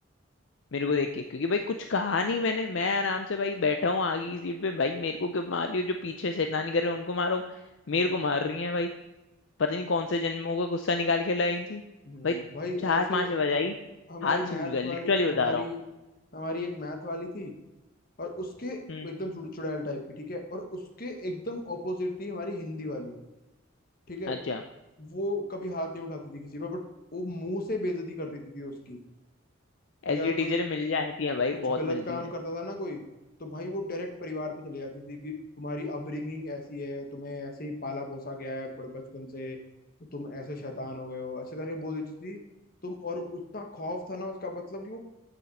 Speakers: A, on the left; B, on the left.
A: मेरे
B: हम्म,
A: को देख के क्योंकि भाई कुछ कहा नहीं मैंने मैं आराम से भाई बैठा हूँ आगे की सीट पे भाई मेरे को क्यों मार रही हो जो पीछे शैतानी कर रहे हो उनको मारो मेरे
B: हम्म,
A: को मार रही है भाई पता नहीं कौन से जन्मों का गुस्सा निकाल के लाई थी
B: हम्म
A: भाई
B: भाई
A: चार
B: ऐसे
A: पांच बजाई
B: ह- हमारी
A: हाथ
B: मैथ
A: सूज गए लिटरली
B: वाली
A: बता
B: हमारी
A: रहा हूँ
B: हमारी एक मैथ वाली थी और उसके
A: हम्म
B: एकदम चुड़ चुड़ैल टाइप की ठीक है और उसके एकदम ऑपोजिट थी हमारी हिंदी वाली ठीक है
A: अच्छा
B: वो कभी हाथ नहीं उठाती थी किसी पर बट वो मुंह से बेइज्जती कर देती थी उसकी ठीक
A: ऐसी
B: है अगर
A: टीचरें
B: कोई
A: मिल जाती हैं भाई
B: कुछ
A: बहुत
B: गलत
A: मिलती
B: काम
A: हैं
B: करता था ना कोई तो भाई वो डायरेक्ट परिवार पे चले जाती थी कि तुम्हारी अपब्रिंगिंग ऐसी है तुम्हें ऐसे ही पाला पोसा गया है बड़े बचपन से तो तुम ऐसे शैतान हो गए हो ऐसे करके बोल देती थी तुम और इतना खौफ था ना उसका मतलब कि वो